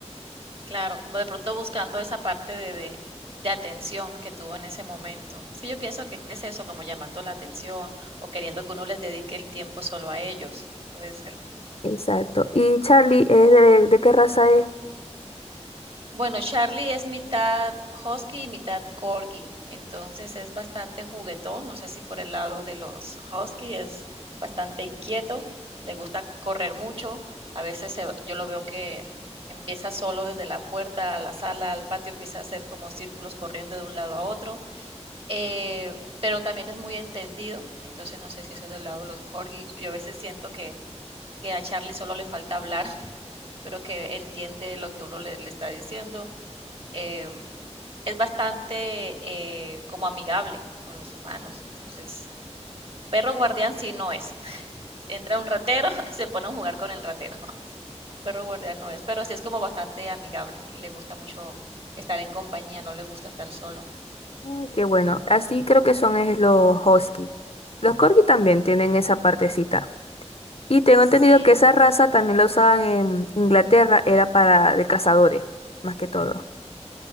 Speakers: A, on the right; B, on the left.
A: Claro, como de pronto buscando esa parte de de de atención que tuvo en ese momento. Es que yo pienso que es eso, como llamando la atención o queriendo que uno les dedique el tiempo solo a ellos, puede ser.
B: Exacto. ¿Y Charlie es de, de qué raza es?
A: Bueno, Charlie es mitad husky y mitad corgi, entonces es bastante juguetón, no sé si por el lado de los husky es bastante inquieto, le gusta correr mucho, a veces se yo lo veo que empieza solo desde la puerta a la sala, al patio, empieza a hacer como círculos corriendo de un lado a otro, eh, pero también es muy entendido, entonces no sé si eso es del lado de los corgis. Yo a veces siento que, que a Charlie solo le falta hablar, <laughs> pero que entiende lo que uno le, le está diciendo. Eh, es bastante eh, como amigable con los humanos, entonces perro guardián sí no es. <laughs> Entra un ratero, <laughs> se pone a jugar con el ratero. <laughs> Perro guardián no es, pero sí es como bastante amigable y le gusta mucho estar en compañía, no le gusta estar solo.
B: Mm, qué bueno. Así creo que son es los husky. Los corgi también tienen esa partecita. Y tengo
A: Sí.
B: entendido que esa raza también la usaban en Inglaterra, era para de cazadores, más que todo.